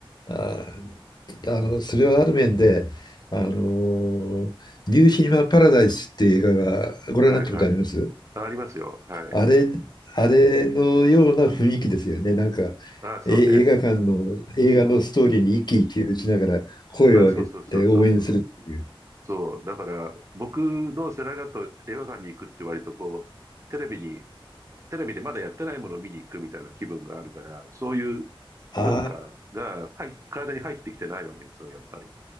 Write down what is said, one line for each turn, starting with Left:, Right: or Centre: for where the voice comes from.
Left: ああ、あの、それはある面で、あのーニューシネマ・パラダイスっていう映画がご覧になったことあります
Right: はいはい。あ、ありますよ。はい。
Left: あれ、あれのような雰囲気ですよね。なんか、
Right: ああ、そうね。
Left: え映画館の、映画のストーリーに一喜一憂しながら声を上げて応援するっていう。
Right: うん。ああ、そうそうそうそうそう。そう、だから僕の世代だと映画館に行くって割とこう、テレビに、テレビでまだやってないものを見に行くみたいな気分があるから、そういう
Left: ああ、
Right: 文化が入っ体に入ってきてないわけですよ、やっぱり。